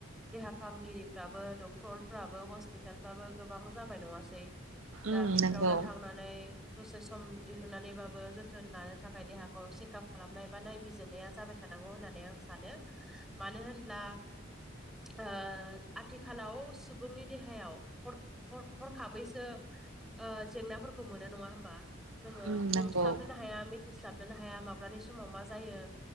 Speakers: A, in the centre; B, on the right.
A: देहा फाहामगिरिफ्राबो डक्टरफ्राबो हस्पिटालफ्राबो गोबां जाबाय नङासै दा
B: उम
A: बेफोरावनो
B: नंगौ
A: थांनानै दसे सम दिहुननानैबाबो जोथोन लानो थाखाय देहाखौ चेकआप खालामनाय बा नायबिजिरनाया जाबाय थानांगौ होननानै आं सानो मानो होनब्ला ओ आथिखालाव सुबुंनि देहायाव हर हर हरखाबैसो ओ जेंनाफोरखौ मोनो नङा होमबा जोङो
B: उम नंगौ
A: हमस्लाबनो नो हा हाया मिथिस्लाबनोनो हाया माब्लानि समाव मा जायो